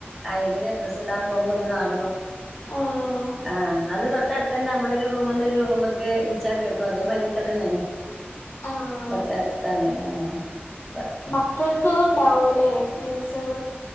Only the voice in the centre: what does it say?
അയലിന് ഡ്രസ്സ് ഇടാൻ പോമ്പോ ഒന്ന് കാണു
ആഹ് ന്നാലും തൊട്ടടുത്ത് തന്നെ. നമ്മളൊരു റൂംന്ന് ഒരു റൂമ്ക്ക് വിളിച്ചാ കേക്കും അതേ മാരിതന്നെയാണ്.
തൊട്ടടുത്താണ്. ആഹ്‌